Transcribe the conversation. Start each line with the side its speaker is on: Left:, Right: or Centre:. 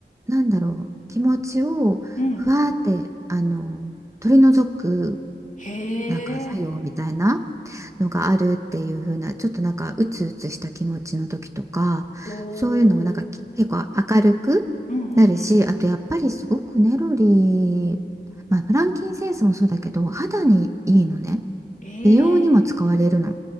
Right: なんだろう気持ちをふわーってあの取り除く
Left: うん。へ
Right: なんか作用みたいな
Left: え、
Right: のがあるっていう風なちょっとなんかうつうつした気持ちの時とかそういうのをなんかき結構明るくなるしあとやっぱりすごくネロリー、
Left: おー、うんうんうん。
Right: まあ、フランキンセンスもそうだけど肌にいいのね
Left: え
Right: 美容にも使われるの
Left: え、